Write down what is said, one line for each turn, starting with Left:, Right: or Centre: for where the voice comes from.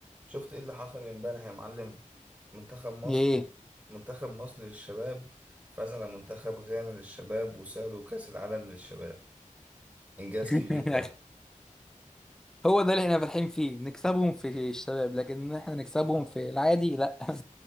Right: شفت ايه اللي حصل امبارح يا معلم منتخب مصر
Centre: ايه
Right: منتخب مصر للشباب فاز على منتخب غانا للشباب وساعدوا كأس العالم للشباب انجاز
Centre: <laughs>
Right: كبير ده
Centre: هو ده اللي احنا فالحين فيه نكسبهم في الشباب لكن إن احنا نكسبهم في العادي لا <laughs> ان